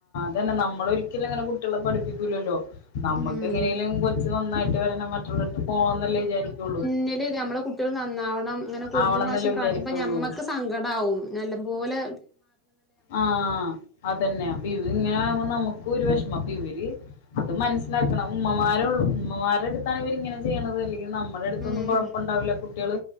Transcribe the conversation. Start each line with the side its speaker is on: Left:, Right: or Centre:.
Left: തന്നെ നമ്മള് ഒരിക്കലും അങ്ങനെ കുട്ടികളെ പഠിപ്പിക്കൂല്ലല്ലോ നമ്മുക്ക്
Centre: ഉം
Left: എങ്ങനെലും കൊച്ച് നന്നായിട്ട് വരണം മറ്റുള്ളവർക്ക് പോവാന്നല്ലേ വിചാരിക്കുള്ളൂ
Centre: <unintelligible> നമ്മടെ കുട്ടികൾ നന്നാവണം അങ്ങനെ കുറുമ്പും
Left: ആവണന്നല്ലേ
Centre: വാശിയും കാട്ടുമ്പോൾ
Left: വിചാരിക്കുള്ളൂ
Centre: ഞമ്മക്ക് സങ്കടാവും നല്ലപോലെ
Left: ആഹ അതന്നെ അപ്പ ഇതിങ്ങനെയാവുമ്പോ നമുക്ക് ഒരു വിഷമം ഇവര് അത് മനസ്സിലാക്കണം ഉമ്മമാര ഉമ്മമാരുടെ അടുത്താണ് ഇവരിങ്ങനെ ചെയ്യണത് അല്ലെങ്ക നമ്മുടെ അടുത്തൊന്നും
Centre: ഉം
Left: കുഴപ്പുണ്ടാവില്ല കുട്ടികള്